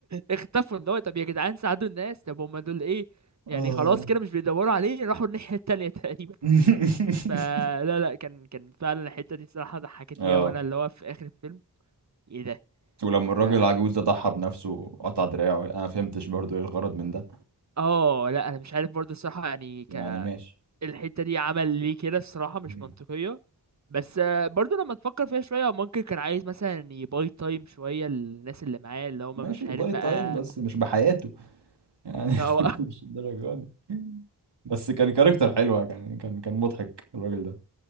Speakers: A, on the right (about 45°); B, on the right (about 85°).
A: اختفوا ان هو طب يا جدعان ساعدوا الناس طب هم دول ايه يعني
B: اه
A: خلاص كده مش بيدوروا عليه راحوا الناحية التانية <laughs> تقريبا
B: <laughs>
A: فلا لا كان كان فعلا الحتة دي الصراحة ضحكتني
B: اه
A: أوي أنا اللي هو في آخر الفيلم ايه ده
B: ولما الراجل
A: ف
B: العجوز ده ضحى بنفسه وقطع دراعه انا ما فهمتش برضو ايه الغرض من ده
A: اه لا أنا مش عارف برضه الصراحة يعني
B: يعني
A: ك...
B: ماشي
A: الحتة دي عمل ليه كده الصراحة مش
B: مم.
A: منطقية بس آه، برضه لما تفكر فيها شوية هو ممكن كان عايز مثلا يباي تايم شوية للناس اللي معاه اللي هما
B: ماشي
A: مش عارف
B: باي
A: بقى
B: تايم بس مش بحياته يعني
A: <laughs>
B: <laughs>
A: هو
B: مش الدرجه دي بس كان كاركتر حلوة كان كان كان مضحك الراجل ده